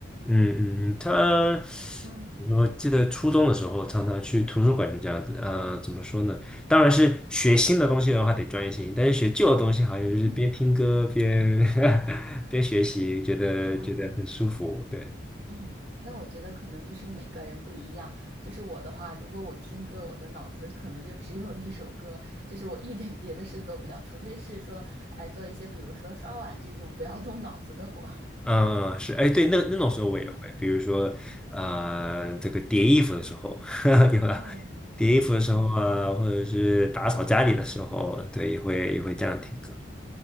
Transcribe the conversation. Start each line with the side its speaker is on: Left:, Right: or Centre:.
Centre: 嗯嗯，他，
Right: <laughs> 嗯，
Centre: 我记得初中的时候常常去图书馆，就这样子。呃，怎么说呢？当然是学新的东西的话得专业性，但是学旧的东西好像就是边听歌边
Right: 嗯，
Centre: <laughs> 边学习，觉得觉得很舒服。
Right: 哦，
Centre: 对，
Right: 嗯，那我觉得可能就是每个人不一样。就是我的话，如果我听歌，我的脑子可能就只有那首歌，就是我一点别的事做不了，除非是说，哎，做一些比如说刷碗这种不要动脑子的活儿。
Centre: 嗯，是，哎，对，那那种时候我也会，
Right: <laughs>
Centre: 比如说呃，
Right: 嗯
Centre: 这个叠衣服的时候，<laughs> 对吧？
Right: 嗯，
Centre: 叠衣服的时候啊，
Right: 对。
Centre: 或者是打扫家里的时候，对，也会也会这样听歌。